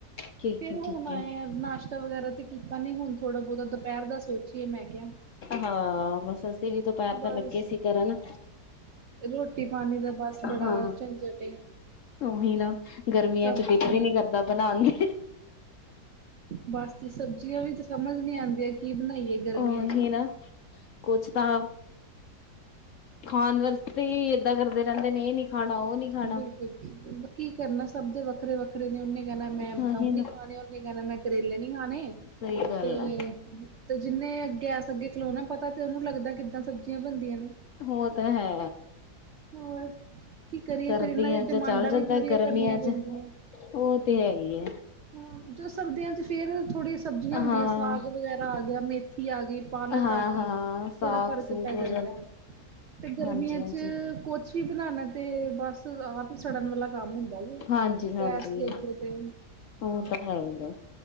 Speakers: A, on the left; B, on the right.
A: ਠੀਕ
B: ਫਿਰ
A: ਹੈ
B: ਹੁਣ
A: ਠੀਕ
B: ਆਏ।
A: ਹੈ
B: ਨਾਸ਼ਤਾ ਵਗੈਰਾ ਤੇ ਕੀਤਾ, ਨੀ ਹੁਣ ਥੋੜਾ ਬਹੁਤਾ ਦੁਪਹਿਰ ਦਾ ਸੋਚੀਏ ਮੈਂ ਕਿਹਾ।
A: ਹਾਂ ਬਸ ਅਸੀ ਵੀ ਦੁਪਹਿਰ
B: ਬਸ
A: ਤਾਂ ਲੱਗੇ ਸੀ ਕਰਨ,
B: ਰੋਟੀ ਪਾਣੀ ਦਾ ਬਸ
A: ਹਾਂ
B: ਬੜਾ ਝੰਜਟ ਏ
A: ਉਹੀ ਨਾ ਗਰਮੀਆਂ
B: ਸਬਜ਼ੀਆਂ
A: ਚ ਦਿਲ ਵੀ ਨੀ ਕਰਦਾ ਬਣਾਉਣ ਨੂੰ।
B: ਬਸ ਤੇ ਸਬਜ਼ੀਆਂ ਵੀ ਤਾਂ ਸਮਝ ਨੀ ਆਂਦੀਆਂ ਕੀ ਬਣਾਈਏ? ਗਰਮੀਆਂ
A: ਉਹ
B: ਚ।
A: ਹੀ ਨਾ ਕੁਚ ਤਾਂ- ਖਾਣ ਵਾਸਤੇ ਹੀ ਏਦਾਂ ਕਰਦੇ ਰਹਿੰਦੇ ਨੇ ਇਹ ਨੀ ਖਾਣਾ ਉਹ ਨੀ। ਖਾਣਾ।
B: ਬਿਲਕੁਲ ਬਿਲਕੁਲ ਕੀ ਕਰਨਾ, ਸਭ ਦੇ ਵੱਖਰੇ ਵੱਖਰੇ ਨੇ ਉਹਨੇ- ਕਹਿਣਾ
A: ਉਹੀ
B: ਮੈਂ ਬਤਾਊ
A: ਨਾ।
B: ਨੀ ਖਾਣੇ, ਉਹਨੇ ਕਹਿਣਾ ਮੈਂ ਕਰੇਲੇ ਨੀ ਖਾਣੇ
A: ਸਹੀ ਗੱਲ
B: ਤੇ-
A: ਹੈ
B: ਤੇ ਜਿੰਨੇ ਗੈਸ ਅੱਗੇ ਖਿਲੋਣਾ ਪਤਾ ਤੇ ਉਹਨੂੰ ਲੱਗਦਾ ਕਿੱਦਾਂ ਸਬਜ਼ੀਆਂ ਬਣਦੀਆਂ ਨੇ।
A: ਹੋ ਤਾਂ ਹੈ।
B: ਹੋਰ? ਕੀ ਕਰੀਏ
A: ਸਰਦੀਆਂ
B: ਫੇਰ ਇਹਨਾਂ ਦੀਆਂ ਡਿਮਾਂਡਾਂ
A: ਚ ਚੱਲ ਜਾਂਦਾ
B: ਵੀ ਪੂਰੀਆਂ
A: ਗਰਮੀਆਂ
B: ਕਰਨੀਆਂ
A: ਚ
B: ਪੈਂਦੀਆਂ।
A: ਉਹ ਤੇ ਹੈ ਹੀ ਹੈ
B: ਹੂੰ, ਤੇ ਸਰਦੀਆਂ ਚ ਫੇਰ ਥੋੜ੍ਹੀਆਂ, ਸਬਜ਼ੀਆਂ
A: ਹਾਂ।
B: ਹੁੰਦੀਆਂ ਸਾਗ ਵਗੈਰਾ ਆ ਗਿਆ ਮੇਥੀ ਆ ਗਈ। ਪਾਲਕ
A: ਹਾਂ
B: ਆ ਗਈ
A: ਹਾਂ ਸਾਗ
B: ਥੋੜ੍ਹਾ ਫ਼ਰਕ
A: ਸੂਗ
B: ਪੈ
A: ਹੋ
B: ਜਾਂਦਾ ਹੈ, ਤੇ ਗਰਮੀਆਂ
A: ਹਾਂਜੀ ਹਾਂਜੀ।
B: ਚ ਕੁਛ ਵੀ ਬਣਾਣਾ ਤੇ ਬਸ ਆਪ ਹੀ ਸੜਨ ਵਾਲਾ ਕੰਮ ਹੁੰਦਾ ਜੇ।
A: ਹਾਂਜੀ-ਹਾਂਜੀ
B: ਗੈਸ ਦੇ ਅੱਗੇ ਤੇ
A: ਉਹ ਤਾਂ ਹੈ ਹੀ ਆ।